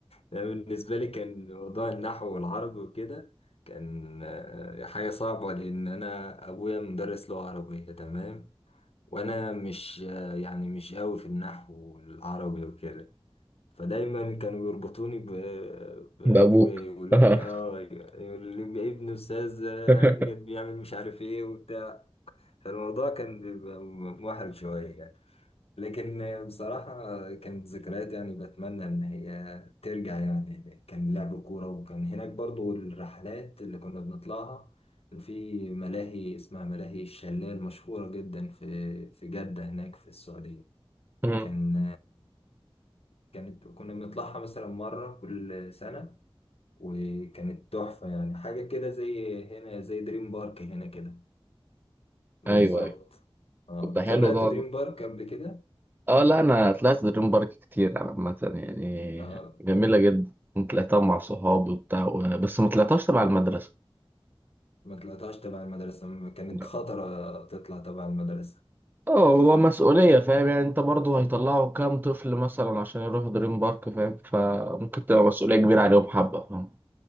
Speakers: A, on the left; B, on the right.
A: ده بالنسبة لي كان موضوع النحو والعربي وكده كان آه، حاجة صعبة لأن أنا أبويا مدرس لغة عربية تمام وانا
B: مم.
A: مش يعني مش قوي في النحو العربي وكده فدايما كانوا يربطوني ب- بابويا
B: بابوك
A: يقولوا
B: آه.
A: لي اه يقول لي ابن استاذ امجد
B: <laughs>
A: بيعمل مش عارف ايه وبتاع فالموضوع كان بيبقى محرج شويه يعني. لكن بصراحة كانت ذكريات يعني بتمنى إن هي ترجع يعني كان لعب كورة وكان هناك برضو الرحلات اللي كنا بنطلعها كان في ملاهي اسمها ملاهي الشلال مشهورة جدا في في جدة هناك في السعودية
B: مم.
A: كان كانت كنا بنطلعها مثلا مرة كل سنة وكانت تحفة يعني حاجة كده زي هنا زي دريم بارك هنا كده بالظبط
B: ايوه ايوه
A: اه
B: طب ده حلو
A: طلعت
B: ده والله
A: دريم بارك قبل كده
B: اه لا انا طلعت دريم بارك كتير عامة يعني
A: آه.
B: جميلة جدا طلعتها مع صحابي وبتاع و- بس ما طلعتهاش تبع المدرسة
A: ما طلعتهاش تبع المدرسة م- كانت
B: لا
A: خطرة تطلع تبع المدرسة
B: اه هو مسؤولية فاهم يعني انت برضو هيطلعوا كام طفل مثلا عشان يروحوا دريم بارك فاهم فممكن تبقى مسؤولية كبيرة عليهم حبة فاهم